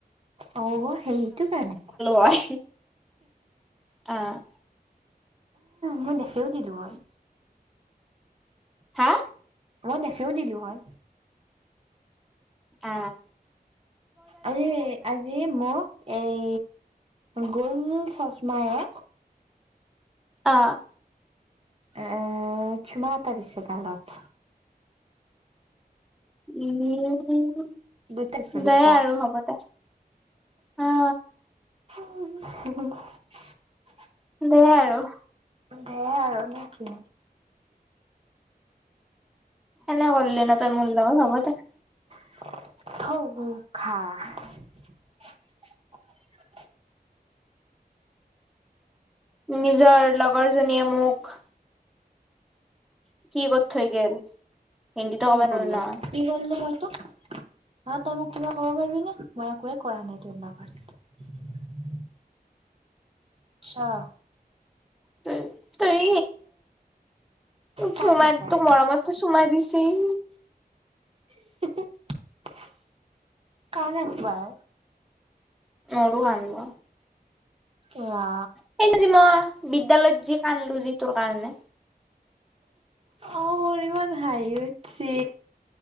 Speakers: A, on the right; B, in the centre.
A: অহ, সেইটো কাৰণে
B: হয় অ'
A: মই দেখিয়ো দিলোঁ হয়।
B: হা
A: মই দেখিয়ো দিলো হয়।
B: আ
A: আজি, আজি মোক এই, গোল চচমায়ে
B: আ
A: এ, চুমা এটা দিছে গালত
B: <unintelligible>
A: দুটা দিছে দুটা
B: দে আৰু হ'ব দে, আ
A: <unintelligible>
B: দে আৰু
A: দে আৰু নেকি
B: এনে কৰলি ন, তই মোৰ লগত হ'ব দে।
A: <unintelligible>
B: নিজৰ লগৰ জনীয়ে মোক কি ক'ত থই গেল। হিন্দীতো
A: কি
B: ক'ব
A: কৰিলো?
B: নোৱাৰো নহয়
A: কি কৰলো মই হ তই মোক কিবা ক'ব পাৰবি নে মই একোৱে কৰা নাই তোৰ লগত। আচ্ছা।
B: তে তই
A: কা
B: চুমা,
A: নাপাৰ
B: তোক মৰমত চুমা দিছ সেই
A: <unintelligible> নাপায়।
B: নৰো আনব।
A: কিয়া?
B: সেইদিনা যে মই বিদ্যালয়ত যি কান্দলো যি তোৰ কাৰণে।
A: অ', মোৰ ইমান হাঁহি উতছি।